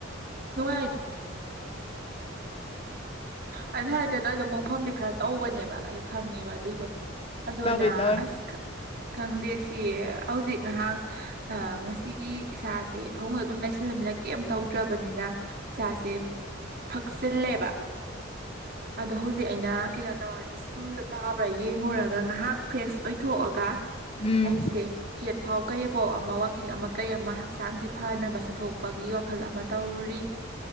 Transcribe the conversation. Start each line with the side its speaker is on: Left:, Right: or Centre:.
Right: ꯅꯨꯡꯥꯏ ꯑ ꯍꯥꯏ ꯅꯣꯏꯗꯣ ꯃꯣꯡꯐꯝꯗꯤ ꯈꯔ ꯇꯧꯕꯅꯦꯕ ꯑꯩ ꯈꯪꯉꯦꯕ ꯑꯗꯨꯏꯗꯣ ꯑꯗꯨꯅ
Left: ꯇꯧꯋꯦ ꯇꯧꯋꯦ
Right: ꯑꯁ ꯈꯪꯗꯦ ꯁꯤ ꯍꯧꯖꯤꯛ ꯉꯥꯏꯍꯥꯛ ꯉꯁꯤꯒꯤ ꯏꯁꯥꯁꯦ ꯐꯃꯨꯡꯗ ꯑꯗꯨꯝ ꯂꯩꯁꯤꯜꯂꯅꯤꯅ ꯀ ꯌꯥꯝ ꯇꯧꯗ꯭ꯔꯕꯅꯤꯅ ꯏꯁꯥꯁꯦ ꯊꯛꯆꯤꯜꯂꯦꯕ ꯑꯗꯣ ꯍꯧꯖꯤꯛ ꯑꯩꯅ ꯀꯩꯅꯣ ꯇꯧꯔꯅꯦ ꯏꯁꯤꯡꯗꯣ ꯇꯥꯕ꯭ꯔꯥ ꯌꯦꯡꯉꯨꯔꯒ ꯉꯥꯏꯍꯥꯛ ꯐ꯭ꯔꯦꯁ ꯑꯣꯏꯊꯣꯛꯑꯒ
Left: ꯎꯝ
Right: ꯑꯩꯁꯦ ꯀꯦꯠ ꯄꯥꯎ ꯀꯩꯐꯥꯎ ꯑꯃ ꯋꯥꯛꯀꯤꯡ ꯑꯃ ꯀꯩ ꯑꯃ ꯍꯛꯆꯥꯡꯁꯤ ꯐꯅꯕ ꯆꯠꯊꯣꯛꯄꯒꯤ ꯋꯥꯈꯜ ꯑꯃ ꯇꯧꯔꯤ